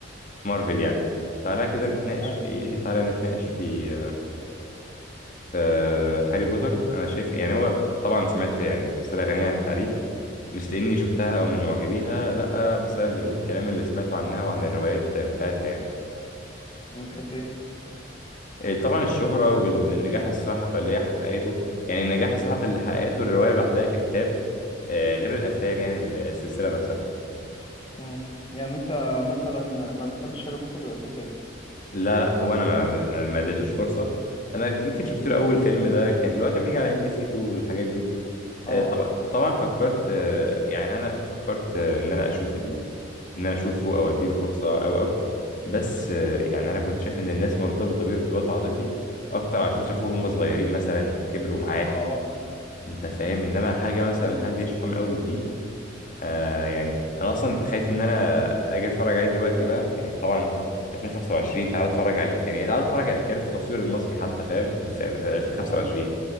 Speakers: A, on the left (about 45°); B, on the left (about 25°).
A: في مارفل يعني تعالى كده نتناقش
B: حلو
A: في ايه تعالى نتناقش في في في هاري بوتر انا شايف يعني هو طبعا سمعت يعني سلسله غنيه عن التعريف مش لاني شفتها او من معجبيها لا بسبب الكلام اللي سمعته عنها وعن الروايات بتاعتها يعني
B: من حيث ايه
A: إيه، طبعا الشهره والنجاح الساحق اللي هي حققته يعني النجاح الساحق اللي حققته الروايه لوحدها ككتاب آه، غير الافلام يعني السلسله نفسها
B: مم. يعني انت مثلا ما بتحبش هاري بوتر قد كده
A: لا لا هو انا ما ما اديتوش فرصه انا يمكن شفت
B: مم.
A: له اول فيلم ده كان اللي هو كان بيجي على ام بي سي 2 والحاجات دي آه،
B: اه
A: طبعا
B: اه
A: طبعا فكرت آه، يعني انا فكرت آه، ان انا اشوف ال... ان انا اشوفه او اديله فرصه او او بس آه، يعني انا كنت شايف ان الناس مرتبطه بيه ارتباط عاطفي اكتر عشان شافوه هم صغيرين مثلا كبروا معاه
B: اه اه فاهم
A: انت فاهم انما حاجه مثلا
B: مم.
A: حد يشوفها من اول وجديد آه يعني انا اصلا خايف ان انا اجي اتفرج عليه دلوقتي بقى يعني طبعا 2025 تعال اتفرج على الامكانيات تعال اتفرج على امكانيات التصوير المصري حتى فاهم في في 2025
B: مم.